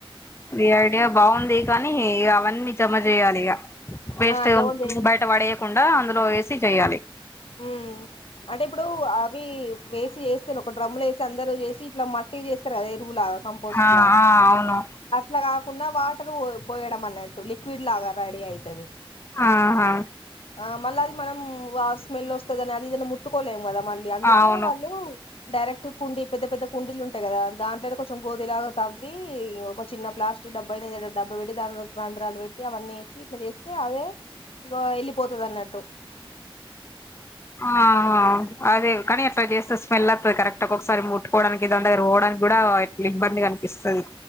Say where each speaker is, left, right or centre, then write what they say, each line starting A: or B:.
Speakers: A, on the left (about 25°); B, on the left (about 75°).
A: ఈ ఐడియా బాగుంది కానీ అవన్నీ జమ చేయాలి ఇక వేస్ట్
B: ఆ జవం చే
A: బయట పడయకుండా అందులో వేసి చేయ్యాలి
B: మ్ అంటే ఇప్పుడు అవి వేసి చేస్తారు ఒక డ్రమ్ముల వేసి అందరు చేసి ఇట్లా మట్టి చేస్తారు కద కంపోస్ట్
A: ఆ
B: లాగా
A: ఆ అవును
B: అట్లా క కాకుండా వాటర్ పో పోయడం అన్నట్టు లిక్విడ్ లాగా రెడీ అయితది
A: ఆహా
B: ఆ మళ్ళ అది మనం స్మెల్ వస్తదని అది ఏద ముట్టుకోలేము కదా మళ్ళీ అందుకే
A: అవును
B: వాళ్ళు డైరెక్ట్ కుండి పెద్ద పెద్ద కుండీలు ఉంటాయి కదా దాంట్లోనే కొంచెం గోదిలాగా తవ్వి ఒక చిన్న ప్లా డబ్బ అయిన ఏదైనా డబ్బ పెట్టి దాంలో బంధ్రాలు పెట్టి అవన్నీే ఇట్ల చేస్తే అవే వా వెళ్ళిపోతదన్నట్టు
A: ఆ అహ అదే కని అట్లా చేస్తే స్మెల్ అత్తది కరెక్ట్ ఒకసారి ముట్టుకోవడానికి దని దగ్గరికి పోవడానికి కూడా ఇట్లా ఇబ్బందిగ అనిపిస్తది